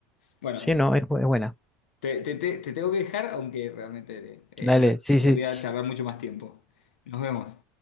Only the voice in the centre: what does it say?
Sí, no, es, bu- es buena.
Dale,
sí,
sí.